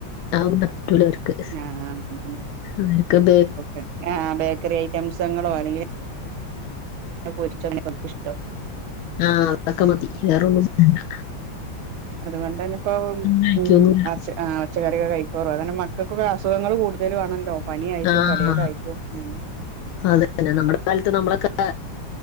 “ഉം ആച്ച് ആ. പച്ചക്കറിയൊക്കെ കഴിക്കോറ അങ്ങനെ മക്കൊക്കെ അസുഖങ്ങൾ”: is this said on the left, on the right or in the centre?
Right